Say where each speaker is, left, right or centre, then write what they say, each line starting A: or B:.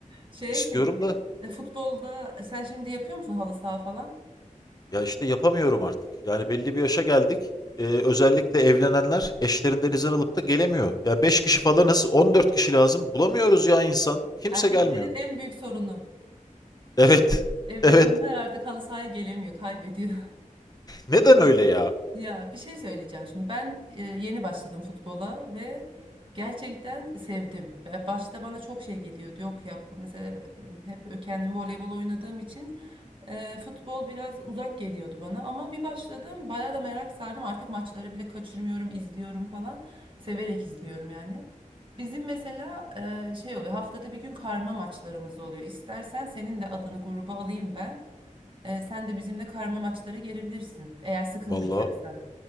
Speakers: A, on the right; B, on the left.
A: şey
B: istiyorum
A: peki,
B: da
A: futbolda sen şimdi yapıyor musun halı saha falan?
B: ya işte yapamıyorum artık. Yani belli bir yaşa geldik. Ee, özellikle evlenenler eşlerinden izin alıp da gelemiyor. Ya 5 kişi falanız, 14 kişi lazım. Bulamıyoruz ya insan. Kimse
A: Erkeklerin
B: gelmiyor.
A: en büyük sorunu.
B: Evet.
A: Evlenenler
B: <laughs> Evet.
A: artık halı sahaya gelemiyor, kaybediyor. <laughs>
B: Neden öyle ya?
A: Ya bir şey söyleyeceğim şimdi. Ben e, yeni başladım futbola ve gerçekten sevdim. Ve Başta bana çok şey geliyordu. Yok ya bu mesela e, hep kendimi voleybol oynadığım için Eee, futbol biraz uzak geliyordu bana ama bir başladım bayağı da merak sardım artık maçları bile kaçırmıyorum izliyorum falan severek izliyorum yani. Bizim mesela eee, şey oluyor haftada bir gün karma maçlarımız oluyor istersen senin de adını gruba alayım ben Eee, sen de bizimle karma maçlara gelebilirsin eğer sıkılmayacaksan.
B: Vallahi